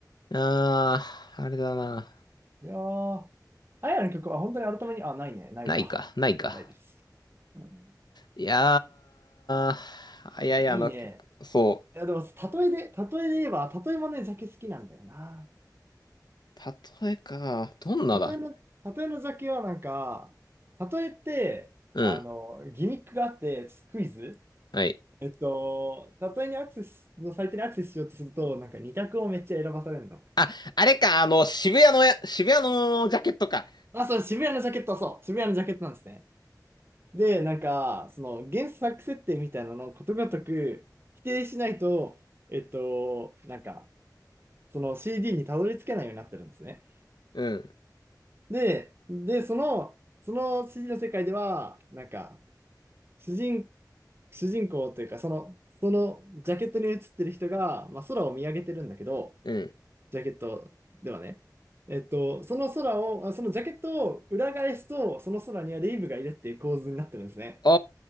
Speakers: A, on the left; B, on the right.
A: ああ、あれだな。
B: いやー、あややの曲は本当に改めに、あ、ないね、ないわ。
A: ないか、ないか。
B: ないです。うん、
A: いやー、あいやいや、
B: いや、いいね。
A: あの、そ
B: いや、でも、例えで、例えで言えば、例えもね、ジャケ好きなんだよな。
A: う。例えか、どんなだ。
B: 例えの、例えのジャケはなんか、例えって、
A: うん、
B: あの、ギミックがあって、クイズ
A: はい。
B: えっと、例えにアクセスのサイトにアクセスしようとすると、なんか2択をめっちゃ選ばされるの。
A: あ、あれか、あの、渋谷のや、渋谷のジャケットか。
B: あ、それ渋谷のジャケット、そう、渋谷のジャケットなんですね。で、なんか、その原作設定みたいなのをことごとく否定しないと、えっと、なんか、その CD にたどり着けないようになってるんですね。
A: うん、
B: で、で、その、その CD の世界では、なんか、主人、主人公というか、その、そのジャケットに写ってる人が、まあ、空を見上げてるんだけど、
A: うん。
B: ジャケットではね。えっと、その空を、あそのジャケットを裏返すと、その空にはレイブがいるっていう構図になってるんですね。
A: あ